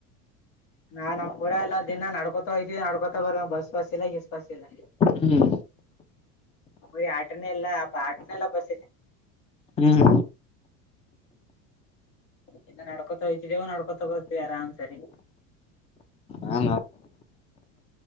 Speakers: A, on the left; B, on the left.
A: ನಾ ನಾವ್ ಪೂರ ಎಲ್ಲ ದಿನ ನಡ್ಕೊತ ಹೋಗ್ೀವಿ ನಡ್ಕೋತ ಬರ ಬಸ್ ಬಸ್ ಇಲ್ಲ ಎಸ್ ಬಸ್ ಇಲ್ಲ
B: ಹ್ಮ್
A: ಿ ಆಟನೇ ಇಲ್ಲ ಅ ಆಟನೇಲ್ಲ ಬಸ
B: ಹ್ಮ್
A: ಇನ್ನು ನಡ್ಕೊತ ಹತಿದೇವು ನಡ್ಕೊತಗೋತೀವಿ ಆರಾಮ್ ಸರಿ
B: ಹಾ